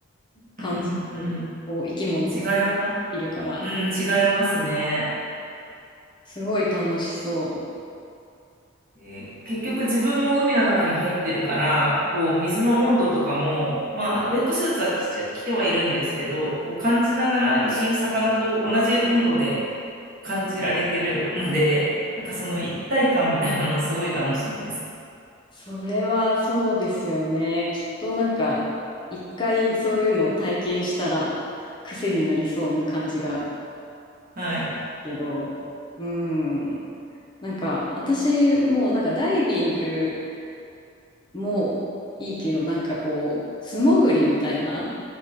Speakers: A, on the left; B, on the right.
A: 感じで、
B: うんうん。
A: こう生き物を感じるから、
B: 違いま、うん、違いますね。
A: すごい楽しそ
B: で結局自分も海の中に入ってるから、こう水の温度とかも、まあ、
A: う。
B: ウェットスーツは着ちゃ、着てはいるんですけど、こう感じながら一緒に魚と同じ温度で感じられてるので、なんかその一体感みたいなのもすごい楽しいです。
A: それはそうですよね。きっとなんか、一回そういうのを体験したら癖になりそうな感じが
B: はい。
A: けど、うん。なんか、私もなんかダイビングもいいけど、なんかこう、素潜りみたいな。